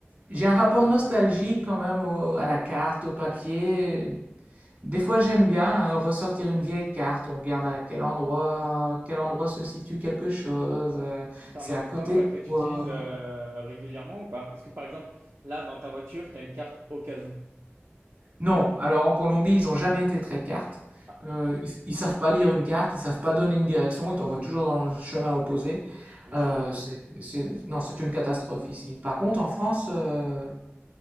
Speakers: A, on the right; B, on the right.
A: j'ai un rapport nostalgique quand même au- à la carte, au papier. Des fois, j'aime bien euh, ressortir une vieille carte. On regarde à quel endroit, quel endroit se situe quelque chose. euh,
B: T'en
A: c'est
B: as
A: à
B: encore
A: côté
B: euh,
A: de
B: que tu
A: quoi.
B: utilises euh, régulièrement ou pas? Est-ce que par exemple là dans ta voiture, t'as une carte au cas où?
A: Non, alors en Colombie, ils ont jamais été très cartes.
B: Ah,
A: Euh, ils, ils savent pas lire une carte, ils savent pas donner une direction. Ils t'envoient toujours dans le chemin opposé.
B: OK.
A: Euh, c'est, c'est- non, c'est une catastrophe ici. Par contre, en France, euh,